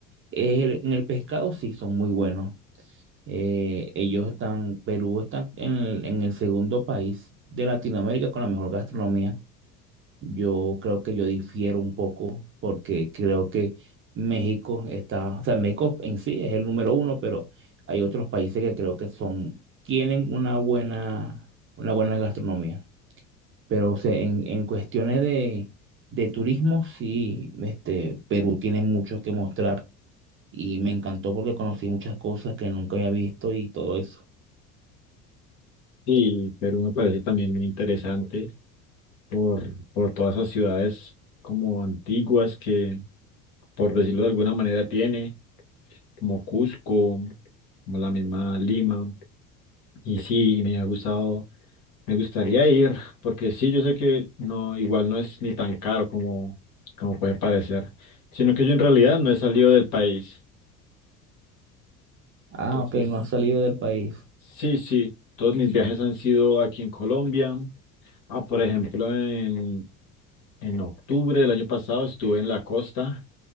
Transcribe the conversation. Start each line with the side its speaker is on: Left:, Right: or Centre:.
Right: El- en el pescado sí son muy buenos. Eh, ellos están, Perú está en el, en el segundo país de Latinoamérica con la mejor gastronomía. Yo creo que yo difiero un poco porque creo que México está, o sea, México en sí es el número uno, pero hay otros países que creo que son, tienen una buena, una buena gastronomía. Pero o sea, en, en cuestiones de, de turismo, sí, este, Perú tiene mucho que mostrar y me encantó porque conocí muchas cosas que nunca había visto y todo eso.
Left: Sí, Perú me parece también muy interesante. por, por todas esas ciudades como antiguas que, por decirlo de alguna manera, tiene, como Cusco, como la misma Lima. Y sí, y me ha gustado, me gustaría ir, porque sí, yo sé que no, igual no es ni tan caro como, como puede parecer, sino que yo en realidad no he salido del país.
Right: Ah,
Left: Entonces,
Right: ok, no has salido del país.
Left: sí, sí, todos mis viajes han sido aquí en Colombia. Ah, por ejemplo, en, en octubre del año pasado estuve en la costa